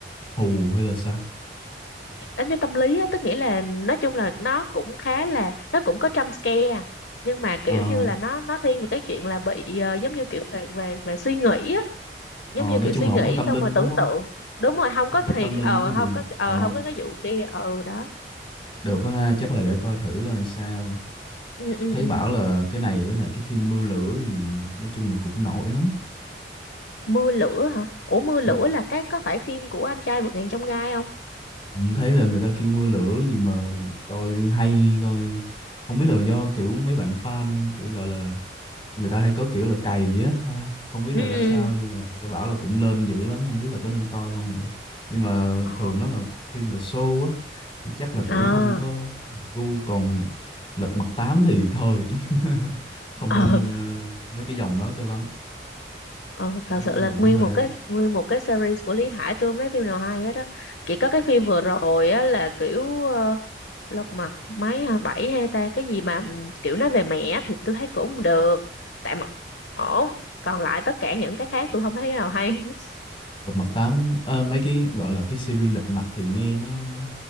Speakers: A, on the left; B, on the left.
A: hù hay là sao
B: đánh vô tâm lý á tức nghĩa là nói chung là nó cũng khá là nó cũng có jump scare nhưng mà kiểu
A: ờ
B: như là nó nó thiên về cái chuyện là bị ờ, giống như kiểu về về về suy nghĩ á
A: Ờ,
B: giống như
A: nói
B: kiểu
A: chung
B: suy
A: là không
B: nghĩ
A: có tâm
B: xong
A: linh
B: rồi
A: đúng
B: tưởng
A: không?
B: tượng đúng rồi không
A: Không
B: có
A: có
B: thiệt
A: tâm linh
B: ờ
A: không có gì.
B: không có ờ
A: Ờ,
B: không có cái vụ kia ờ đó
A: được quá ha, chắc là để coi thử coi sao.
B: ừ, ừ,
A: Thấy
B: ừ.
A: bảo là cái này với lại cái phim Mưa Lửa gì nói chung là cũng nổi lắm.
B: mưa lửa hả ủa mưa lửa
A: Ừ.
B: là cái có phải phim của anh trai vượt ngàn chông gai không
A: Ừ, Thấy là người ta kêu Mưa Lửa gì mà coi hay coi không biết là do kiểu mấy bạn fan kiểu gọi là người ta hay có kiểu là cày á, không biết
B: ừ
A: là
B: ừ.
A: ra sao nhưng mà nghe bảo là cũng lên dữ lắm, không biết là có nên coi không nữa. Nhưng mà
B: ờ
A: thường nó là phim về show á chắc là cũng
B: à,
A: không có hợp gu còn lật mặt tám thì thôi <laughs> không
B: ờ
A: ưng ờ, mấy cái dòng đó cho lắm
B: Ừ, thật
A: mấy
B: sự
A: cái
B: là
A: dòng
B: nguyên
A: đó hơi
B: một cái nguyên một cái series của Lý Hải tôi không thấy phim nào hay hết á chỉ có cái phim vừa rồi á là kiểu ờ, lật mặt mấy hả, bảy hay ta cái gì mà ừ, kiểu nói về mẹ thì tôi thấy cũng không được tạm ổn còn lại tất cả những cái khác tôi không thấy cái nào hay hết. <laughs>
A: lật mặt tám ờ, mấy cái gọi là cái series lật mặt thì nghe nó